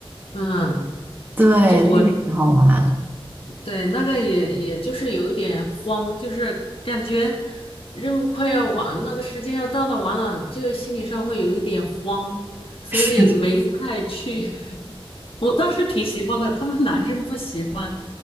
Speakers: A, on the left (about 70°); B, on the right (about 20°).
A: 嗯，
B: 对，
A: 这我
B: 那个挺好玩，
A: 对那个也也就是有一点慌，就是感觉任务快要完，那个时间要到了，完了就心理上会有一点慌，所以没太去。
B: 是。
A: <laughs> 我倒是挺喜欢的，他们男生不喜欢，